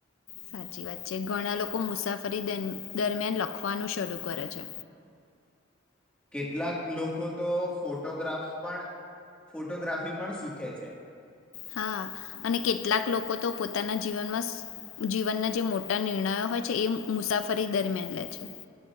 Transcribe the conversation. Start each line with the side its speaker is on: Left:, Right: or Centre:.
Left: સાચી વાત છે ઘણા લોકો મુસાફરી દરમિયાન લખવાનું શરૂ કરે છે.
Centre: કેટલાક લોકો તો ફોટોગ્રાફ્સ પણ ફોટોગ્રાફી પણ શીખે છે.
Left: હા અને કેટલાક લોકો પોતાના જીવનમાં જીવનના જે મોટા નિર્ણયો હોય છે એ મુસાફરી દરમિયાન લે છે.